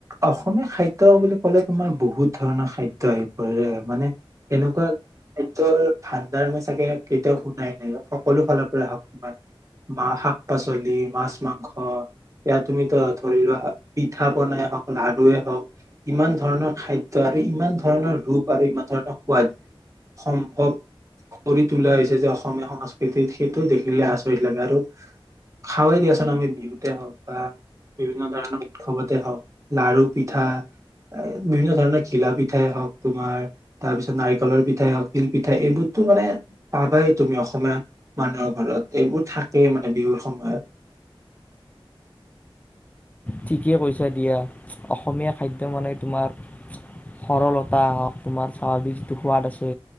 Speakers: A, on the right (about 35°); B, on the left (about 15°).
A: অসমীয়া খাদ্য বুলি ক'লে তোমাৰ বহুত ধৰণৰ খাদ্য আহি পৰেৰে মানে এনেকুৱা খাদ্যৰ ভাণ্ডাৰ মই চাগে কেতিয়াও শুনাই নাই সকলো ফালৰ পৰাই আহক তোমাৰ মা শাক'পাচলি, মাছ-মাংস ইয়া তুমি ধৰি লোৱা পিঠা পনাই হওক লাৰুৱে হওঁক ইমান ধৰণৰ খাদ্যয় আৰু ইমান ধৰণৰ ৰূপ আৰু ইমান ধৰণৰ সোৱাদ সম্ভৱ কৰি তোলা হৈছে যে অসমীয়া সংস্কৃতিত সেইটো দেখিলে আচৰিত লাগে আৰু খাৱেই দিয়াচোন আমি বিহুতে হওক বা বিভিন্ন ধৰণৰ উৎসৱতে হওক লাৰু পিঠা বিভিন্ন ধৰণৰ ঘিলা পিঠাই হওঁক তোমাৰ তাৰ পিছত নাৰিকলৰ পিঠাই হওঁক তিল পিঠা এইবোৰতো মানে পাবাই তুমি অসমীয়া মানুহৰ ঘৰত এইবোৰ থাকেই মানে বিহুৰ সময়ত
B: ঠিকেই কৈছা দিয়া অসমীয়া খাদ্য মানে তোমাৰ সৰলতা হক তোমাৰ স্বাভাৱিক যিটো সোৱাদ আছে